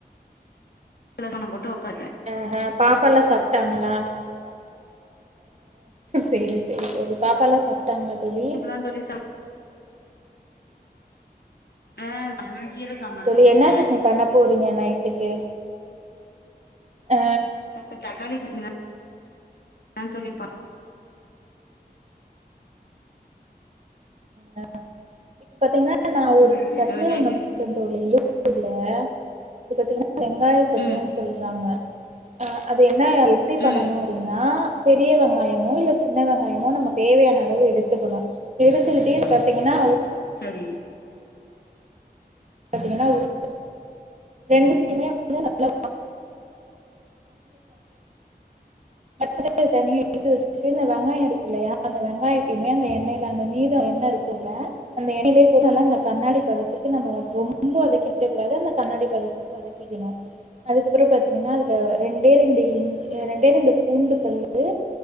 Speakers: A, on the left (about 75°); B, on the right (about 45°).
A: சில சணம் போட்டு உக்காந்தே
B: ஆஹ பாப்பல்லா சாப்ட்டாங்களா சேரி சேரி தோழி பாப்ப எல்லா சாப்ட்டாங்களா தோழி
A: ஆ தோழி சா ஆ சாய்ந்த்ரோ கீர சாம்பார்தா
B: செரி தோழி
A: வச்ச
B: என்ன சட்னி பண்ண போறீங்க நைட்டுக்கு ஆ
A: தக் தக்காளி குர்மா அதா தோழி பன்
B: அ பாத்தீங்கனா நா ஒரு
A: ம்
B: சட்னி
A: நைட்டு
B: ஒன்னு க்க தோழி யு டியுப்ல இது பத்தீங்கனா வெங்காய சட்னி
A: ம்
B: சொல்றாங்க அ அது என்னா எப்டி
A: ம்
B: பண்ணனு எப்டின்னா பெரிய வெங்காயமோ இல்ல சின்ன வெங்காயமோ நம்ம தேவையான அளவு எடுத்துக்கணு எடுத்துக்கிட்டே பாத்தீங்கன்னா
A: சரி
B: பார்த்தீங்கன்னா ஒரு ரெண்டுதையுமே வந்து நல்லா அட் வதக்குனத தனியா எடுத்து வச்சுட்டு இந்த வெங்காயம் இருக்கு இல்லையா அந்த வெங்காயத்தையுமே அந்த எண்ணயில அந்த மீதம் எண்ண இருக்குல அந்த எண்ணைலையே போட்டு நல்லா அந்த கண்ணாடி பதத்துக்கு நம்ம வதக் ரொம்ப வதக்கிக்க கூடாது அந்த கண்ணாடி பதத்துக்கு வதக்கிக்கணு அதுக்கப்புற பாத்தீங்கன்னா அதுல ரெண்டே ரெண்டு இஞ்சி ரெண்டே ரெண்டு பூண்டு பல்லு